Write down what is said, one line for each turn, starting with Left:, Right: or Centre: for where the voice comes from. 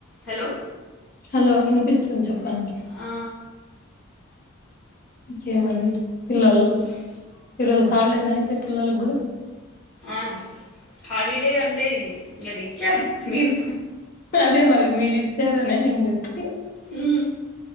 Centre: హలో
Left: హలో ఇనిపిస్తుంద్ చొప్పండి
Centre: ఆ
Left: ఇంకేమండి పిల్లలు
Centre: ఉమ్,
Left: ఈరోజు హాల్డేన అయితే పిల్లలగ్గుడ
Centre: ఆ హాలిడే అంటే ఇది ఇంగదిచ్చాం మేమ్
Left: అదే మరి మీరిచ్చారనే నేన్ చెప్తు
Centre: ఊ